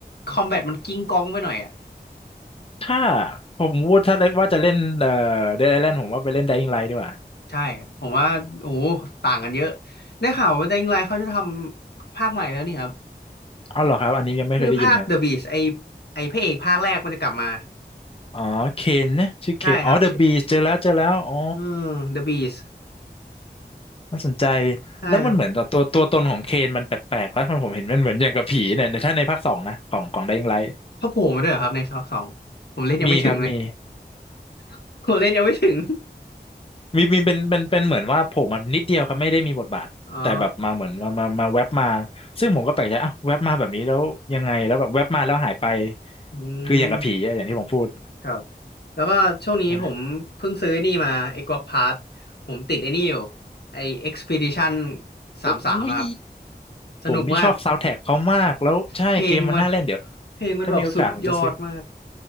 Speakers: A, on the left (about 75°); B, on the left (about 35°).
A: คอมแบทมันกิ้งก้องไปหน่อยอ่ะ
B: ถ้าผมพูดถ้าเล่นว่าจะเล่นเอ่อเดดไอแลนด์ผมว่าไปเล่น Dying Light ดีกว่า
A: ใช่ผมว่าโอ้โหต่างกันเยอะได้ข่าวว่า Dying Light เขาจะทำภาคใหม่แล้วนี่ครับ
B: อ๋อเหรอครับอันนี้ยังไม่เคยได้ยินครับ
A: คือภาค The Beast ไอไอพระเอกภาคแรกมันจะกลับมา
B: อ๋อเคนนะชื่อเคนอ๋อเดอะบีเจอแล้วเจอแล้วอ๋อ
A: ใช่ครับ เอื The Beast
B: น่าสนใจ
A: ใช่ครับ
B: แล้วมันเหมือนตัวตัวตนของเคนมันแปลกๆแล้วผมเห็นมันเหมือนอย่างกับผีเนี่ยในถ้าในภาคสองนะของของ Dying Light
A: เขาโผล่มาด้วยเหรอครับในซอสองผมเล่นยังไม่ถึงเลย
B: มีครับมี
A: <laughs> ผมเล่นยังไม่ถึง
B: มีมีเป็นเป็นเป็นเหมือนว่าโผล่มานิดเดียวครับไม่ได้มีบทบาทแต่แบบมาเหมือนมามามาแว็บมา
A: อ๋อ
B: ซึ่งผมก็แปลกใจอ้าวแว็บมาแบบนี้แล้วยังไงแล้วแบบแว็บมาแล้วหายไป
A: อืม
B: คืออย่างกับผีอะอย่างที่ผมพูด
A: ครับแล้วก็ช่วงนี้ผมเพิ่งซื้อนี่มาไอ้กวักพาร์ท
B: อ่ะ
A: ผมติดไอ้นี่อยู่ไอ้ Expedition สามสามครับ
B: โอ้ย
A: สนุกมาก
B: ผมนี่ชอบซาว n d แท a ็กเขามากแล้วใช่เกมมันน่าเล่นเดี๋ยว
A: เพลงมัน <laughs> เพลงมันแบบสุดยอดมาก
B: ถ้ามีโอกาสผมจะซื้อ